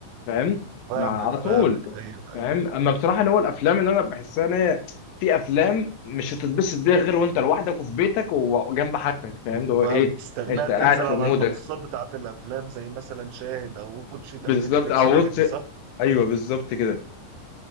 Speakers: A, on the left; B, on the right.
A: فاهم
B: فاهمك
A: ما على
B: فاهمك
A: طول
B: ايوه
A: فاهم اما بصراحه اللي هو الافلام اللي انا بحسها ان هي في افلام مش هتتبسط بيها غير وانت لوحدك وفي بيتك وجنب حاجتك فاهم اللي هو
B: فبتستناها
A: ايه انت
B: تنزل
A: قاعد في
B: على
A: مودك
B: المنصات بتاعت الافلام زي مثلا شاهد او واتشيت
A: بالظبط
B: او نتفليكس
A: او
B: والحاجات
A: وطي
B: دي صح؟
A: ايوه بالظبط كده